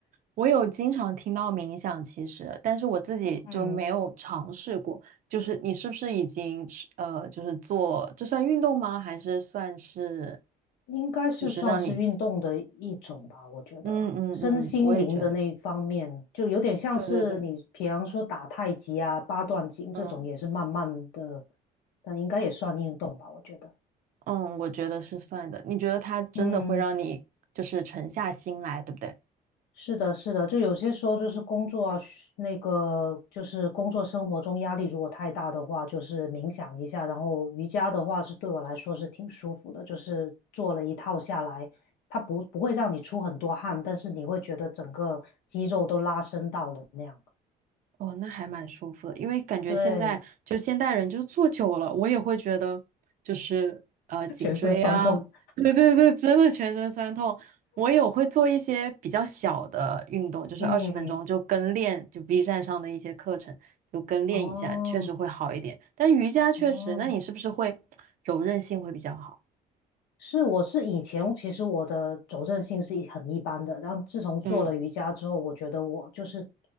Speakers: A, on the right; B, on the left.
A: 我有经常听到冥想，其实，但是我自己就没有尝试过。
B: 嗯，
A: 就是你是不是已经吃呃，就是做，这算运动吗？还是算是，
B: 应该是算是运动的一种吧，
A: 就是让你吸
B: 我觉得身心灵的那一方面，
A: 嗯嗯嗯，我也觉得，
B: 就有点像是你，
A: 对对对，
B: 比方说打太极啊、八段锦这种，
A: 嗯
B: 也是慢慢的，但应该也算运动吧，我觉得。
A: 嗯，我觉得是算的。你觉得它真的会让你就是沉下心来，
B: 嗯。
A: 对不对？
B: 是的，是的，就有些时候就是工作啊，嘘那个就是工作生活中压力如果太大的话，就是冥想一下，然后瑜伽的话是对我来说是挺舒服的，就是做了一套下来，它不不会让你出很多汗，但是你会觉得整个肌肉都拉伸到了那样。
A: 哦，那还蛮舒服的，因为感觉现在就是现代人就坐久了，
B: 对，
A: 我也会觉得就是呃颈椎啊，
B: 全身酸痛。
A: <laughs> 对对对，真的全身酸痛。我有会做一些比较小的运动，就是二十分钟就跟练，
B: 嗯，
A: 就 B 站上的一些课程就跟练一下，
B: 哦，
A: 确实会好一点。但瑜伽确实，
B: 哦。
A: 那你是不是会柔韧性会比较好？
B: 是，我是以前其实我的走韧性是一很一般的，然后自从做了瑜伽之后，
A: 嗯
B: 我觉得我就是